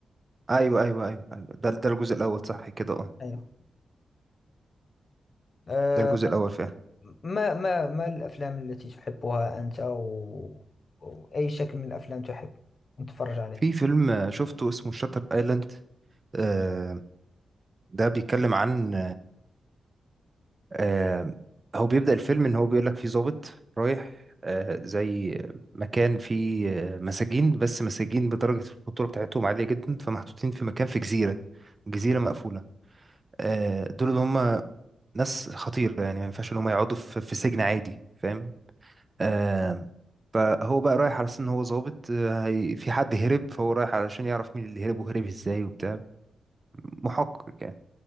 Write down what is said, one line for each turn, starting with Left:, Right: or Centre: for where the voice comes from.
Right: ايوه ايوه ايوه ايوه ده ده الجزء الاول صح كده اه
Left: أيوه أه
Right: ده الجزء الاول فعلا
Left: ما ما ما الأفلام التي تحبها أنت أو, أو أي شكل من الأفلام تحب نتفرج عليه
Right: في فيلم آه، شفته اسمه شاتر ايلاند آه ده بيتكلم عن آه هو بيبدأ الفيلم ان هو بيقول لك في ضابط رايح آه زي مكان فيه آه، مساجين بس مساجين بدرجة الخطورة بتاعتهم عالية جدا فمحطوطين في مكان في جزيرة جزيرة مقفولة آه، دول اللي هم ناس خطيرة يعني ما ينفعش ان هم يقعدوا في في سجن عادي فاهم آم، فهو بقى رايح على اساس ان هو ظابط آه، هي في حد هرب فهو رايح علشان يعرف مين اللي هرب وهرب ازاي وبتاع محقق يعني